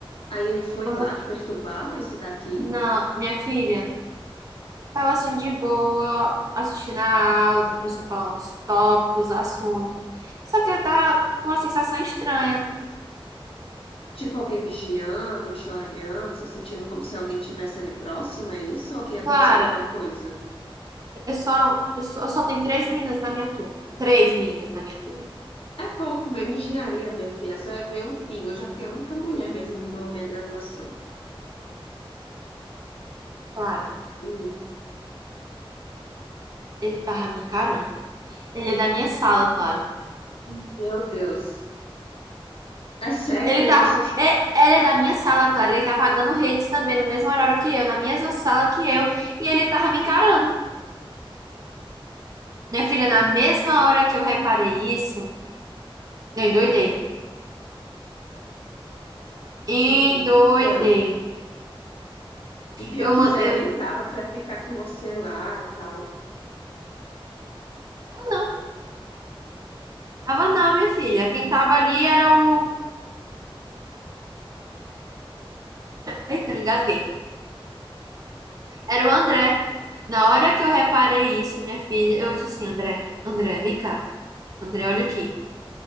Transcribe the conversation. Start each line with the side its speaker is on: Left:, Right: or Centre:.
Left: Aí ele foi
Right: Como
Left: lá te perturbar, esse daqui.
Right: não, minha filha, tava assim de boa, assistindo a aula, o professor falando os tópicos, o assunto. Só que eu tava com uma sensação estranha.
Left: Tipo alguém vigiando, te olhando, se sentindo como se alguém estivesse ali próximo, é isso? Ou que ia acontecer
Right: Clara,
Left: alguma coisa?
Right: eu só, eu só, eu só tenho três meninas na minha turma. Três meninas na minha turma.
Left: É pouco mesmo, engenharia, minha filha. Você vai ver um pingo. Eu já fui a única mulher mesmo na minha graduação.
Right: Clara,
Left: Hum,
Right: ele tava me encarando. Ele é da minha sala, Clara.
Left: meu Deus. É sério,
Right: Ele
Left: querida,
Right: tá,
Left: das suas
Right: é- ela é da minha sala, Clara. Ele tá pagando redes também, no mesmo horário que eu, na mesma sala que eu, e ele tava me encarando. Minha filha, na mesma hora que eu reparei isso, eu endoidei. Endoidei.
Left: meninas. E pior
Right: Eu,
Left: quiser,
Right: eu,
Left: nem tava pra ficar com você lá e tal.
Right: ah, não, tava não, minha filha. Quem tava ali era o. Eita, me engasguei. Era o André. Na hora que eu reparei isso, minha filha, eu disse assim: André, André, vem cá. André, olha aqui.